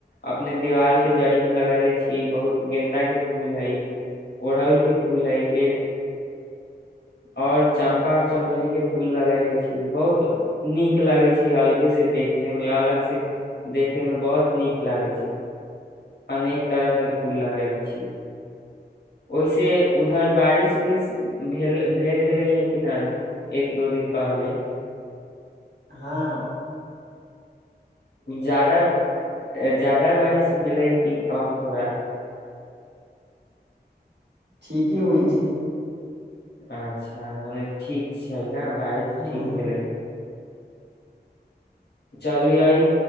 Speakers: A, on the left; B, on the right.
A: अपने देीवाल के जड़ी में लगले छीियै बहुत गेन्दा के फूल हय ओड़ल के फूल हइ फेर और चम्पा आऔर चमेली के फूल लगले छी बहुत नीक लगे छै अलगे से देखने मे अलग से देखेमे बहुत नीक लागै छै अनेक तरह के फूल लगा ले छियै ओहिसे उधर बारिश उड़ भेल भेल गेलै या की न एक दो दिन पहल
B: हँ
A: जदा ज्यादा बारिश भेलै कि कम थोड़ा
B: ठीके होइ छै
A: अच्छा मने ठीक छै ने बारिश
B: हाँ
A: ठीक भेलै चलू अइ